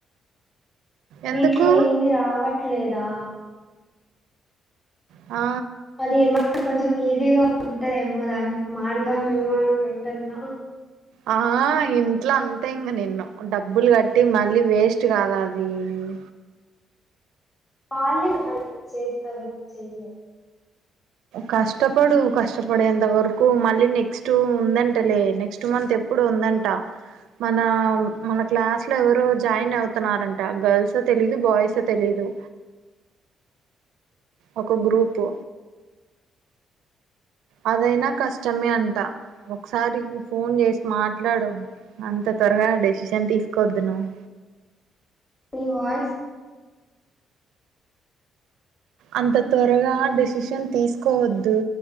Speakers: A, on the right (about 85°); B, on the left (about 25°).
A: ఎందుకు
B: దీంట్లో ఏమి రావట్లేదా
A: ఆ
B: అది ఏమ కొంచెం ఈజీగా ఉంటాయేమో దానికి మారదామేమో అనుకుంటున్నా
A: ఆ ఇంట్లో అంతే ఇంకా నిన్ను డబ్బులు కట్టి మళ్ళీ వేస్ట్ కాదా అది మ్మ్
B: వాళ్లే కరెక్ట్ చేస్తారో చేయ
A: కష్టపడు కష్టపడేంత వరకు మళ్ళీ నెక్స్ట్ ఉందంటలే నెక్స్ట్ మంత్ ఎ ప్పుడు ఉందంట మన మన క్లాస్లో ఎవరో జాయిన్ అవుతున్నారంట గర్ల్సో తెలీదు బాయ్సో తెలీ దు ఒక గ్రూపు అదైనా కష్టమే అంట ఒకసారి ఫోన్ జేసి మాట్లాడు అంత త్వరగా డెసిషన్ తీసుకోవద్దు నువ్
B: మీ వాయిస్
A: అంత తొరగా డిసిషన్ తీసుకోవద్దూ